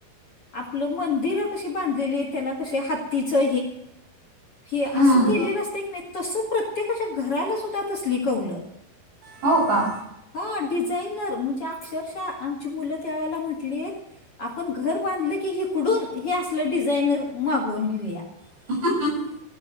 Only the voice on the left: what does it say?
आपलं मंदिरं कशी बांधलेली आएत त्याला कशे हातीचं हे आसं
केलेलं आसतय की नाई तसं प्रत्य त्येकाच्या घराला सुद्दा तसलि कौल.
हा डिझाईनर मणजे अक्षरशः आमची मुलं त्या वेळेला म्हटलीत आपन घर बांधलं की हिकडून हे असलं डिझायनर मागवून घेऊया.